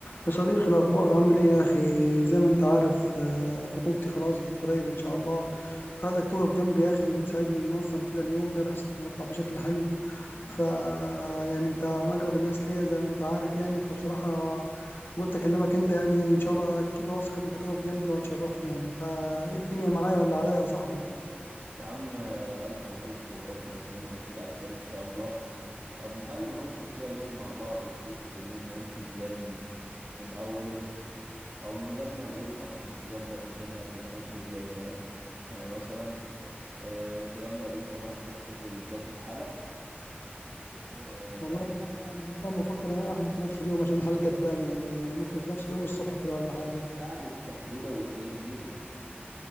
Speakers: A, on the left; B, on the right.
A: يا صديقي الأخبار عامل إيه يا أخي زي ما أنت عارف آه، خطوبتي خلاص قريب إن شاء الله فعايزك تقف جنبي يا أخي وتساعدني ننظم كده اليوم ده بحيث نطلع بشكل حلو ف يعني أنت من أقرب الناس ليا زي ما أنت عارف يعني فبصراحة قلت أكلمك أنت يعني إن شاء الله أكيد واثق إنك هتقف جنبي وهتشرفني يعني فإيه الدنيا معايا ولا عليا يا صاحبي
B: يا عم آه، ألف مبروك وربنا يتمم لك كده على خير إن شاء الله طب ما حلو نظبط كده اليوم مع بعض نشوف اليوم هيمشي إزاي من من أوله أو من قبلها بيوم أصلا نظبط الدنيا هتبقى ماشية إزاي فاهم يعني مثلا آه، أنت قبلها بيوم طبعا هتروح تحلق وتظبط حالك آه،
A: والله
B: أنت
A: بصراحة يعني أنا بقى بفكر إن أنا أحلف في نفس اليوم عشان الحلقة تبان يعني يعني ممكن في نفس اليوم الصبح كده ولا حاجة
B: قعدة التحديدة والحاجات دي بت...